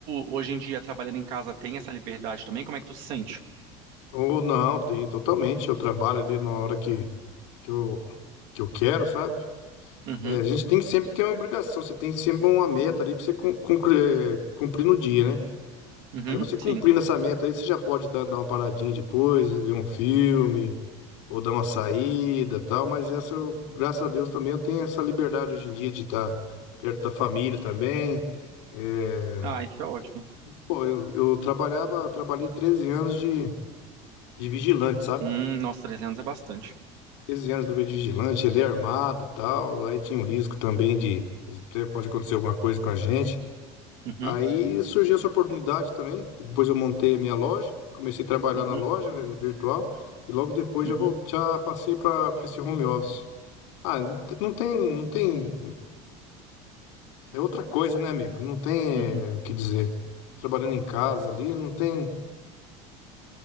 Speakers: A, on the right (about 65°); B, on the left (about 85°).
A: hoje em dia, trabalhando em casa, tem essa liberdade também? Como é que tu se sente?
B: Ou não, tem totalmente. Eu trabalho ali na hora que, que eu, que eu quero, sabe?
A: Uhum,
B: É, a gente tem que sempre ter uma obrigação, você tem sempre uma meta ali para você cum- cumprir, é, cumprir no dia, né?
A: uhum,
B: Aí você cumprindo
A: sim.
B: essa meta aí, você já pode tá, dar uma paradinha depois, ver um filme, ou dar uma saída, tal, mas essa, eu, graças a Deus também eu tenho essa liberdade hoje em dia de estar perto da família também. É,
A: Ah, isso é ótimo.
B: Pô, eu, eu trabalhava, eu trabalhei 13 anos de, de vigilante, sabe?
A: Hum, nossa, 300 é bastante.
B: 13 anos eu trabalhei de vigilante, ele é armado, tal, aí tinha um risco também de, de ter- pode acontecer alguma coisa com a gente.
A: Uhum.
B: Aí surgiu essa oportunidade também. Depois eu montei a minha loja, comecei a trabalhar
A: Uhum,
B: na loja, né, virtual, e logo depois
A: uhum,
B: já vou, já passei para esse home office. Ah, não, te- não tem, não tem, é, é outra coisa, né, amigo? Não tem,
A: uhum.
B: é, o que dizer. Trabalhando em casa ali, não tem,